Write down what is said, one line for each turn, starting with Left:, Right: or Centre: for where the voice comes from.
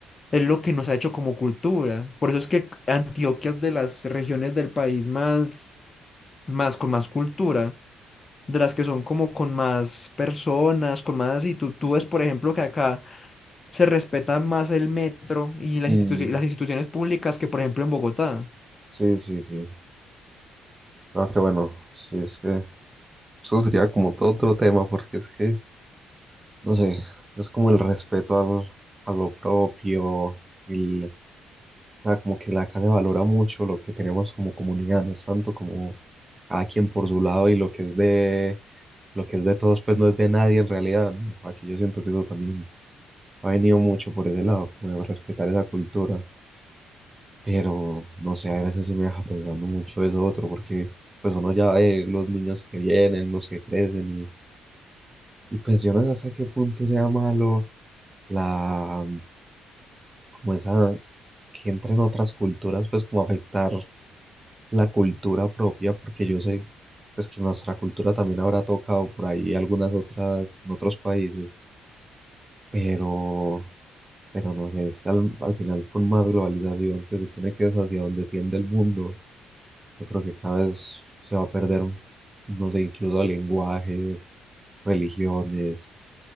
Left: es lo que nos ha hecho como cultura. Por eso es que Antioquia es de las regiones del país más, más con más cultura, de las que son como con más personas, con más... Y tú, tú ves, por ejemplo, que acá se respeta más el metro y las
Right: Mm,
Left: institu- las instituciones públicas que, por ejemplo, en Bogotá.
Right: sí, sí, sí. Claro que bueno, sí, es que eso sería como todo otro tema, porque es que, no sé, es como el respeto al, a lo propio, el, O sea, como que la casa valora mucho lo que tenemos como comunidad, no es tanto como cada quien por su lado y lo que es de, lo que es de todos, pues no es de nadie en realidad, ¿no? Aquí yo siento que eso también ha venido mucho por ese lado, como de respetar esa cultura. Pero no sé, a veces sí me deja pensando mucho eso otro, porque pues uno ya ve los niños que vienen, los que crecen, y, y pues yo no sé hasta qué punto sea malo la, como esa, que entre en otras culturas, pues como afectar. la cultura propia, porque yo sé pues que nuestra cultura también habrá tocado por ahí algunas otras en otros países, pero pero no sé, es que al, al final con más globalización, que supone que es hacia donde tiende el mundo, yo creo que cada vez se va a perder, no sé, incluso lenguajes, religiones